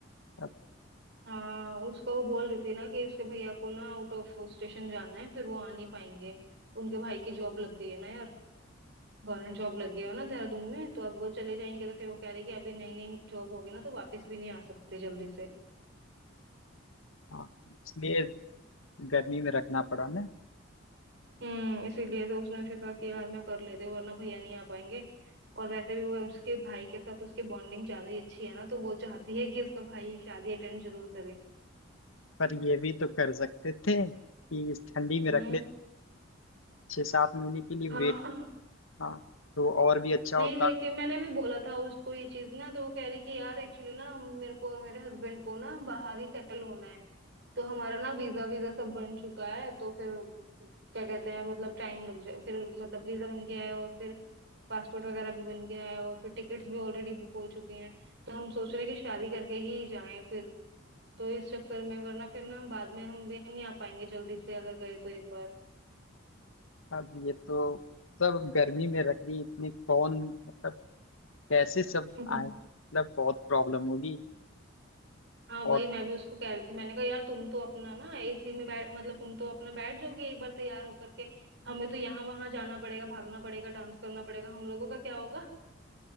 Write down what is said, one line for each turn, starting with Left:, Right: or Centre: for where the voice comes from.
Left: अब
Right: हाँ उसको वो बोल रही थी ना कि उसके भैया को ना आउट ऑफ स्टेशन जाना है फिर वो आ नहीं पाएंगे उनके भाई की जॉब लग गई है ना यार गवर्नमेंट जॉब लगी है ना देहरादून में तो अब वो चले जाएंगे तो फिर वो कह रही कि अभी नई नई जॉब होगी ना तो वापस भी नहीं आ सकते जल्दी से
Left: हाँ इसलिए गर्मी में रखना पड़ा ना
Right: हम्म इसीलिए तो उसने फिर कहा कि यार मैं कर लेते वरना भैया नहीं आ पाएंगे और वैसे भी वो उसके भाई के साथ उसकी बॉन्डिंग ज्यादा ही अच्छी है ना तो वो चाहती है कि उसका भाई शादी अटेंड जरूर करे
Left: पर ये भी तो कर सकते थे कि इस ठंडी में
Right: हम्म
Left: रख ले छः सात महीने के लिए
Right: हाँ
Left: वेट हाँ तो और भी अच्छा
Right: नहीं
Left: होता
Right: लेकिन मैंने भी बोला था उसको ये चीज ना तो वो कह रही कि यार एक्चुअली ना हम मेरे को और मेरे हस्बैंड को ना बाहर ही सेटल होना है तो हमारा ना वीजा वीजा सब बन चुका है तो फिर क्या कहते हैं मतलब टाइम लग जाए फिर मतलब वीजा बन गया है और फिर पासपोर्ट वगैरह भी बन गया है और फिर टिकट्स भी ऑलरेडी बुक हो चुकी हैं तो हम सोच रहे हैं कि शादी करके ही जाएं फिर तो इस चक्कर में वरना फिर ना बाद में हम भी नहीं आ पाएंगे जल्दी से अगर गए तो एक बार
Left: अब ये तो सब गर्मी में रख दी इतनी कौन मतलब कैसे सब
Right: <laughs>
Left: आए मतलब बहुत प्रॉब्लम होगी
Right: हाँ वही
Left: और
Right: मैं भी उसको कह रही थी मैंने कहा यार तुम तो अपना ना एसी में बैठ मतलब तुम तो अपना बैठ जाओगी एक बार तैयार होकर के हमें तो यहाँ वहां जाना पड़ेगा भागना पड़ेगा डांस करना पड़ेगा हम लोगों का क्या होगा